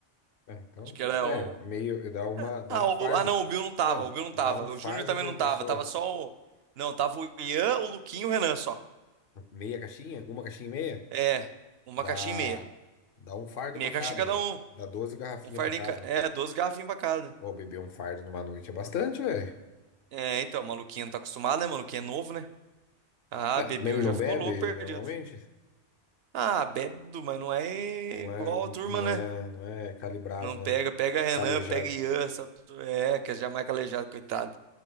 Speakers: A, on the left (about 55°); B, on the right (about 65°).
A: é, então
B: Acho
A: tá
B: que era
A: bom. É,
B: o.
A: meio, dá uma, dá
B: Ah,
A: um
B: o-
A: fardo.
B: ah, não, o Bill não tava,
A: Mano,
B: o Bill não
A: dá
B: tava.
A: um fardo
B: O Júnior também
A: por
B: não
A: pessoa.
B: tava, tava só o. Não, tava o Ian, o Luquinho e o Renan só.
A: Meia caixinha? Uma caixinha e meia?
B: É, uma
A: Dá,
B: caixinha e meia.
A: dá um fardo
B: Meia
A: pra
B: caixinha
A: cada,
B: cada
A: velho.
B: um.
A: Dá 12 garrafinhas
B: Um fardinho.
A: pra cada.
B: ca- É, 12 garrafinhas pra cada.
A: Ô, beber um fardo numa noite é bastante, velho.
B: É, então, o maluquinho não tá acostumado, né? Maluquinho é novo, né? Ah,
A: É,
B: bebeu,
A: mas ele
B: já
A: não
B: ficou
A: bebe
B: louco perdido.
A: normalmente?
B: Ah, bêbado, mas não é
A: Não
B: igual
A: é,
B: a turma,
A: não
B: né?
A: é, não é calibrado,
B: Não
A: né?
B: pega, pega Renan,
A: Calejado.
B: pega Ian, essa tu- é, que já é jamais calejado, coitado.